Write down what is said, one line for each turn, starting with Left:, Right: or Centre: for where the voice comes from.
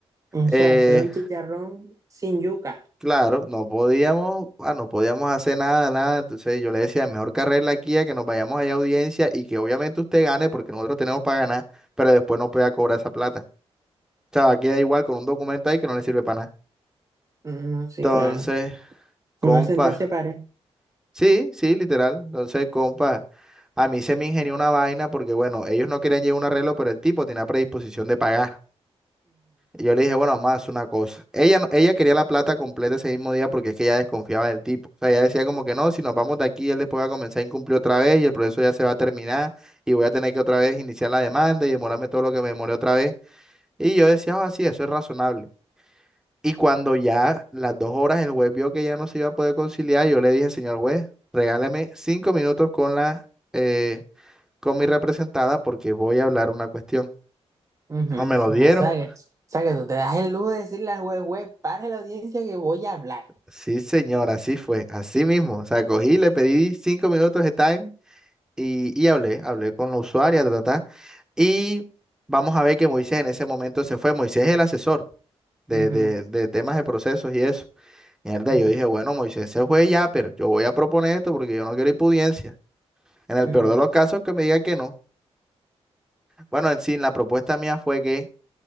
Right: O sea,
Centre: Eh,
Right: eso era un chicharrón sin yuca.
Centre: claro, no podíamos, ah, no podíamos hacer nada, nada. Entonces yo le decía, mejor carrera aquí a que nos vayamos allá a audiencia y que obviamente usted gane porque nosotros tenemos para ganar, pero después no pueda cobrar esa plata. sea, queda igual con un documento ahí que no le sirve para nada.
Right: Ujú, sí,
Centre: Entonces,
Right: claro.
Centre: compa,
Right: Una sentencia para.
Centre: sí, sí, literal. Entonces, compa, a mí se me ingenió una vaina porque, bueno, ellos no querían llevar un arreglo, pero el tipo tenía predisposición de pagar. Y yo le dije, bueno, más una cosa. Ella, no- ella quería la plata completa ese mismo día porque es que ella desconfiaba del tipo. O sea, ella decía como que no, si nos vamos de aquí, él después va a comenzar a incumplir otra vez y el proceso ya se va a terminar y voy a tener que otra vez iniciar la demanda y demorarme todo lo que me demoré otra vez. Y yo decía, ah, sí, eso es razonable. Y cuando ya las dos horas el juez vio que ya no se iba a poder conciliar, yo le dije, señor juez, regáleme cinco minutos con la, eh, con mi representada porque voy a hablar una cuestión.
Right: Ujú.
Centre: ¿No me lo dieron?
Right: O sea que, o sea que tú te das el lujo de decirle al juez, juez, para la audiencia que voy a hablar.
Centre: Sí, señor, así fue, así mismo. O sea, cogí, le pedí cinco minutos de time y, y hablé, hablé con la usuaria, ta, ta, ta. Y vamos a ver que Moisés en ese momento se fue. Moisés es el asesor de,
Right: Ujú,
Centre: de, de temas de procesos y eso. Mierda,
Right: ujú,
Centre: yo dije, bueno, Moisés se fue ya, pero yo voy a proponer esto porque yo no quiero impudiencia. En el
Right: ujú,
Centre: peor de los casos, que me diga que no. Bueno, en sí, la propuesta mía fue que,